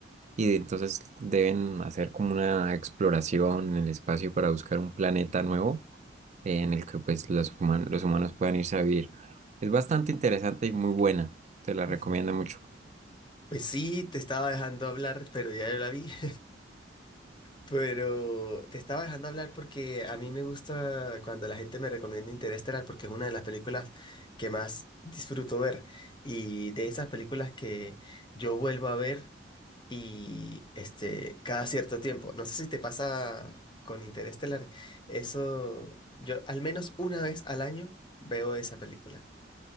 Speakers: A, on the right (about 40°); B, on the left (about 25°).
A: Y entonces deben hacer como una exploración en el espacio para buscar un planeta nuevo en el que pues los human- los humanos puedan irse a vivir. Es bastante interesante y muy buena. Te la recomiendo
B: Ujú.
A: mucho.
B: Pues sí, te estaba dejando hablar, pero ya yo la vi. <laughs> Pero te estaba dejando hablar porque a mí me gusta cuando la gente me recomienda Interestelar porque es una de las películas que más disfruto ver y de esas películas que yo vuelvo a ver y este cada cierto tiempo. No sé si te pasa con Interestelar, eso yo al menos una vez al año veo esa película.